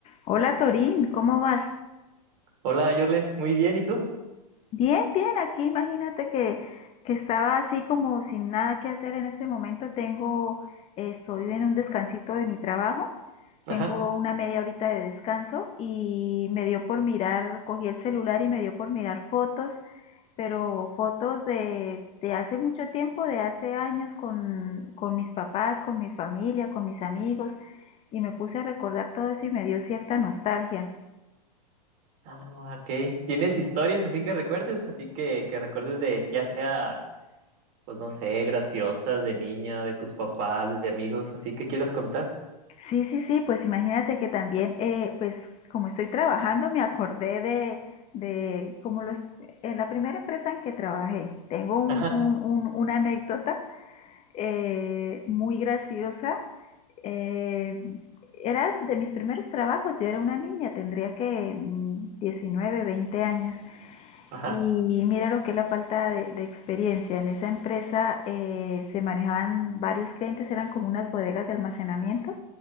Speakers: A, on the left (about 30°); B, on the right (about 50°).
A: Hola Torín, ¿cómo vas?
B: Hola, Jorlen. Muy bien, ¿y tú?
A: Bien, bien, aquí imagínate que, que estaba así como sin nada que hacer en este momento. Tengo, eh, estoy en un descansito de mi trabajo,
B: Ajá.
A: tengo una media horita de descanso y me dio por mirar, cogí el celular y me dio por mirar fotos, pero fotos de, de hace mucho tiempo, de hace años con, con mis papás, con mi familia, con mis amigos y me puse a recordar todo eso y me dio cierta nostalgia.
B: Ah, ok. ¿Tienes historias así que recuerdes? Así que, que recuerdes de, ya sea, pues no sé, graciosas, de niña, de tus papás, de amigos, así que quieras contar.
A: Sí, sí, sí, pues imagínate que también, eh, pues como estoy trabajando, me acordé de, de como los, en la primera empresa en que trabajé, tengo un,
B: Ajá,
A: un- un- una anécdota eh, muy graciosa. Eh, era de mis primeros trabajos, yo era una niña, tendría que mm, 19, 20 años.
B: ajá.
A: Y mira lo que es la falta de, de experiencia. En esa empresa eh, se manejaban varios clientes, eran como unas bodegas de almacenamiento